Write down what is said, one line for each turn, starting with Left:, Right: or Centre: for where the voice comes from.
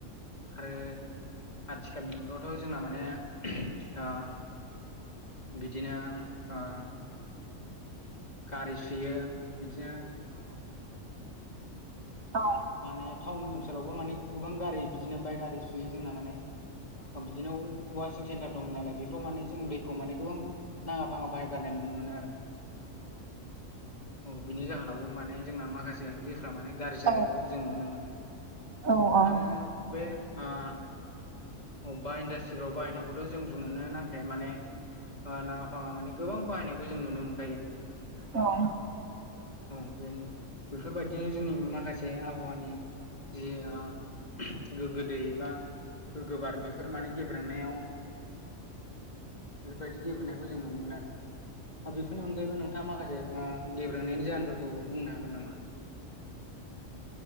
Left: आरो आथिखालनि मुगायावथ' जोंना माने ओ बिदिनो आ गारि सुयो बिदिनो
Right: औ
Left: माने टाउन ओनसोलावबो माने गोबां गारि बिदिनो बाय गारि सुयो जोंना माने बिदिनो वासिं सेन्टार दं नालाय बेफोराव माने जों दैखौ माने गोबां नाङा फाङा बाहायगारनाय नुनो मोनो आरो औ बिनि जाहोनावबो माने जोंना माखासे दैफ्रा माने गाज्रि जानाय
Right: औ
Left: बेखौ जों नुनो मोनो
Right: औ औ
Left: आरो बे आह अबेबा इन्डास्ट्रिफ्राव बायनायखौथ' जों बुंनोनो नां खाय माने फांङा नाङा फाङा माने गोबां बाहायनायखौ जों नुनो मोनो
Right: औ
Left: औ बेनि बेफोरबायदिनो जोंनि माखासे आबहावानि जे ओह गोग्गो दैै एबा गोग्गोबार बेफोर माने गेब्रेंनायाव बेफोरबायदि गेब्रेंनायखौ जों नुनो मोनो आरो आरो बेफोरनि अनगायैबो नोंथाङा माखासे आ गेब्रोंनायनि जाहोनफोरखौ बुंनो हागोन नामा?